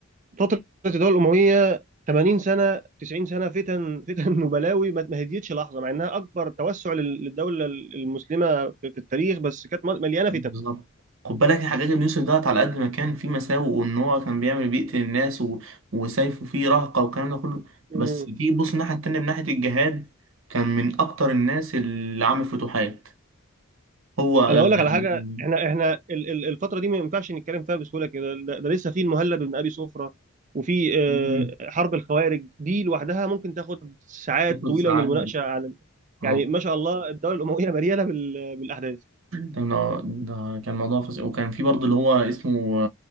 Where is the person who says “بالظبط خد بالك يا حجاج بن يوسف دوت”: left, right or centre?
Right